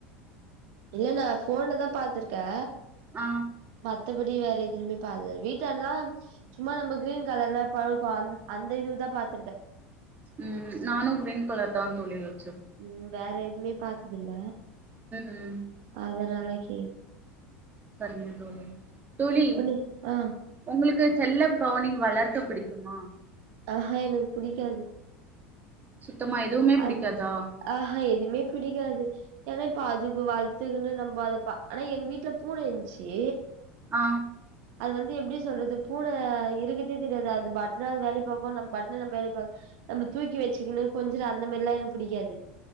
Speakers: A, on the right; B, on the right.
A: இல்ல நா போன்லதா பாத்ருக்கே
B: அ
A: மத்தபடி வேற எதுலுமே பாத்ததில் வீட்டல்லா சும்மா நம்ம கிரீன் கலர்ல பழுக்கு அந்த இது தா பாத்
B: ம் நானு கிரீன் கலர் தா தோழி வச்ச
A: ம் வேற எதுவுமே பாத்ததுல்ல
B: ம்
A: ஒரு நாளக்கி
B: சரிங்க தோழி தோழி
A: புடி ஆ
B: உங்களுக்கு செல்ல ப்ராணி வளர்க்க புடிக்குமா
A: ஆஹூ எனக்கு புடிக்காது
B: சுத்தமா எதுவுமே
A: அந்
B: பிடிக்காதா
A: ஆஹூ எதுமே பிடிக்காது ஏனா இப்ப அதுக்கு வளத்துக்குன்னு நம்ம அதைப்பா ஆனா எங்க வீட்ல பூன இந்துச்சி
B: அ
A: அது வந்து எப்டி சொல்றது பூன இருக்றதே தெரியாது அது பாட்னு அது வேலய பாக்கு நம்ம பாட்னு நம்ம வேலய பாக் நம்ம தூக்கி வச்சிக்குணு கொஞ்சுர அந்த மாரிலா எனக் புடிக்காது